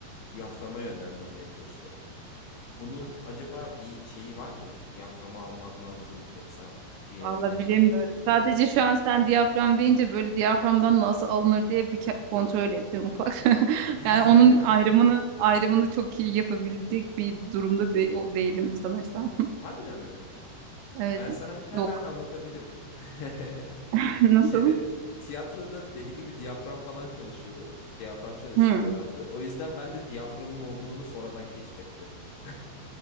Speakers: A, on the left (about 75°); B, on the right (about 85°).
A: diyaframa yönlendirmeye çalışıyorum. Bunun acaba bir şeyi var mı? Diyaframa alman lazım yoksa ciğerine
B: Valla bilemiyorum.
A: çek gibi.
B: Sadece şu an sen diyafram deyince böyle diyaframdan nasıl alınır diye bir ke- kontrol ettim ufak. <laughs>
A: <laughs>
B: Yani onun ayrımını ayrımını çok iyi yapabilecek bir durumda de- o değilim sanırsam.
A: Harbiden mi?
B: Evet.
A: Ben sana hemen
B: Yok.
A: anlatabilirim. <laughs>
B: <laughs> Nasıl?
A: Şeyde tiyatroda deli gibi diyafram falan çalışıyordu. Diyafram çalıştırıyorlardı.
B: Hmm.
A: O yüzden ben de diyaframım olduğunu sonradan keşfettim. <laughs>